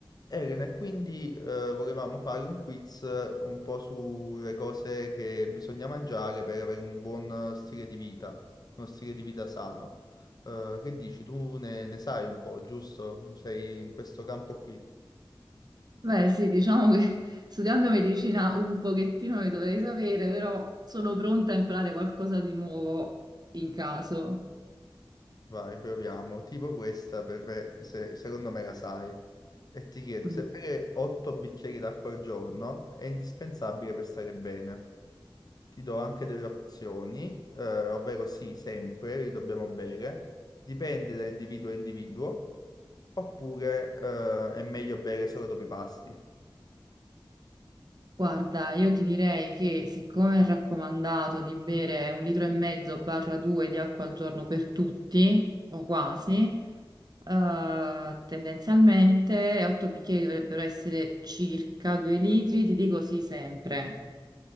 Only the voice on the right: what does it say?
Beh, sì, diciamo che <laughs> studiando medicina un pochettino le dovrei sapere, però sono pronta a imparare qualcosa di nuovo in caso.
Mm.
Guarda, io ti direi che siccome è raccomandato di bere un litro e mezzo barra due di acqua al giorno per tutti, o quasi, eh, tendenzialmente 8 bicchieri dovrebbero essere circa 2 litri, ti dico sì sempre.